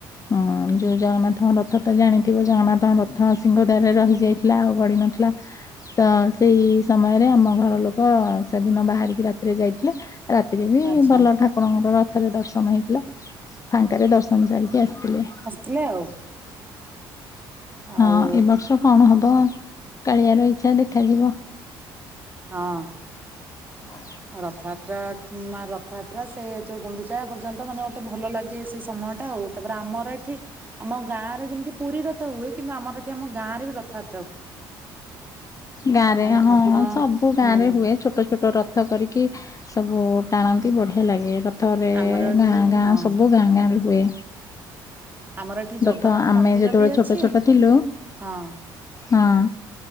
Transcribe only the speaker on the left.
ହଁ ଯୋଉ ଜଗନ୍ନାଥଙ୍କ ରଥ ତ ଜାଣିଥିବ ଜଗନ୍ନାଥଙ୍କ ରଥ ସିଂହ ଦ୍ଵାରରେ ରହିଯାଇ- ଥିଲା ଆଉ ଗଡି ନଥିଲା ତ- ସେଇ ସମୟରେ ଆମ ଘର ଲୋକ ସେଦିନ ବାହାରିକି ରାତିରେ ଯାଇଥିଲେ। ରାତିରେ ବି
ଭଲ ଠାକୁରଙ୍କର ରଥରେ ଦର୍ଶନ ହେଇଥିଲା। ଫାଙ୍କାରେ ଦର୍ଶନ ସାରିକି ଆସିଥିଲେ।
ହଁ
ଏ ବର୍ଷ କଣ ହବ କାଳିଆର ଇଚ୍ଛା ଦେଖାଯିବ।
ହଁ।
ଗାଁରେ
ହଁ
ସବୁ ଗାଁ
ରେ ହୁଏ ଛୋଟ ଛୋଟ ରଥ ରଥ କରିକି ସବୁ ଟାଣନ୍ତି। ଏଇ ବଢିଆ ଲାଗେ ରଥରେ
ଗାଁ ଗାଁ
ସବୁ ଗାଁ ଗାଁ ରେ ହୁଏ।
ରଥ ଆମେ
ଯେତେବେଳେ
ଛୋଟ ଛୋଟ ଥିଲୁ
ହଁ।